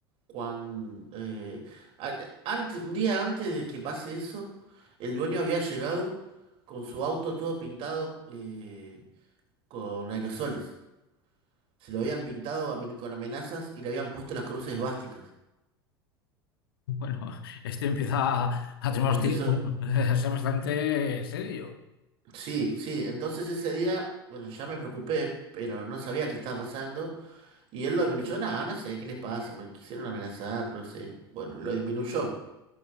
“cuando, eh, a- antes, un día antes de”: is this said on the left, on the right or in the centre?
Right